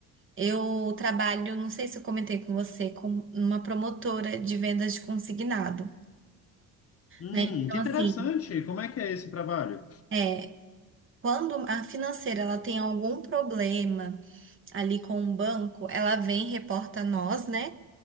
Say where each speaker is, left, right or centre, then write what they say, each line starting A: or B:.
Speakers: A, on the right; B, on the left.
A: Eu trabalho, não sei se eu comentei com você, com uma promotora de vendas de consignado,
B: Hum,
A: né? Então,
B: que interessante.
A: assim,
B: Como é que é esse trabalho?
A: é, Quando a financeira ela tem algum problema ali com o banco, ela vem e reporta a nós, né?